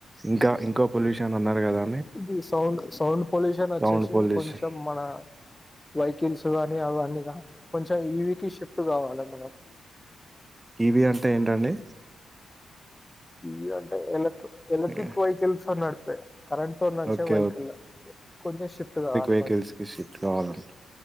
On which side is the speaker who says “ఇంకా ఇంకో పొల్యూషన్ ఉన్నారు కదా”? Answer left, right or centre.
Right